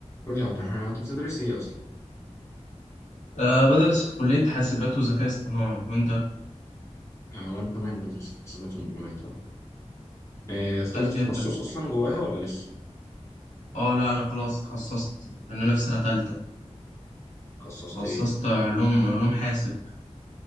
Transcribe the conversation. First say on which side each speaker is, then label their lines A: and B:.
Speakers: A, on the left; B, on the left.
A: قول لي يا عبد الرحمن هو انت بتدرس ايه اصلا؟
B: أه بدرس في كلية حاسبات وذكاء اصطناعي وأنت
A: آه وانا كمان بدرس في حسابات ومعلومات اه آه، اخترت
B: كويس جدا
A: تخصص اصلا جواها ولا لسه؟
B: أه لا أنا خلاص اتخصصت لأن أنا في سنة تالتة
A: خصصت
B: اتخصصت
A: ايه؟
B: علوم علوم حاسب